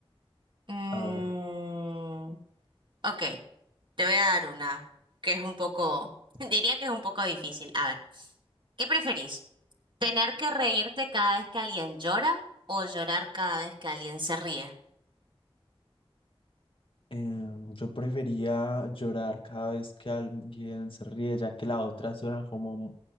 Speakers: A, on the right; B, on the left.
A: mm,
B: a ver.
A: ok, te voy a dar una que es un poco, <laughs> diría que es un poco difícil. A ver, ¿qué preferís? ¿Tener que reírte cada vez que alguien llora o llorar cada vez que alguien se ríe?
B: Em, yo prefería llorar cada vez que alguien se ríe, ya que la otra suena como,